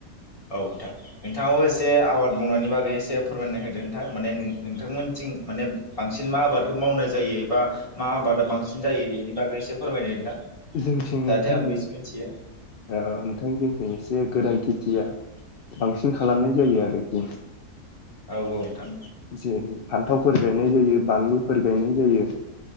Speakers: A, on the left; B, on the left.
A: औ नोंथां नोंथाङाबो एसे आबाद मावनायनि बागै एसे फोरमायना होदो नोंथां माने नो-नोंथांमोनथिं माने बांसिन मा आबादखौ मावनाय जायो एबा मा आबादा बांसिन जायो बेनि बागै एसे फोरमायदो नोंथां।
B: जोंनिथिं नोंथां
A: जाहाथे आंबो
B: <unintelligible>
A: एसे
B: ओ
A: मिथियो
B: नोंथां जोंनिथिं एसे गोरान खे <unintelligible> बांसिन खालामनाय जायो आरोखि।
A: औ औ नोंथां
B: जेरै फान्थाव फोर गायनाय जायो बानलुफोर गायनाय जायो।